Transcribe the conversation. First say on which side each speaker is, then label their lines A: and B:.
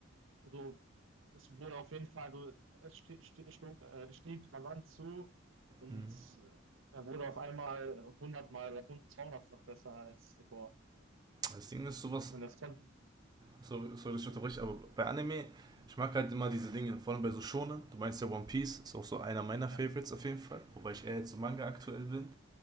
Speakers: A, on the right; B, on the right.
A: so, es wurde auf jeden Fall, also es stieg, stieg, äh, stieg rasant zu und
B: Hm.
A: äh, er wurde auf einmal hundertmal oder 200 besser als zuvor.
B: Das Ding ist sowas,
A: Und das konnte.
B: sorry, sorry dass ich unterbreche,
A: Mhm.
B: aber bei Anime, ich mag halt immer diese Dinge, vor allem bei so Shonen. Du meinst ja One Piece, ist auch so einer meiner
A: Ja,
B: Favorites auf jeden Fall, wobei ich eher jetzt so Manga aktuell bin.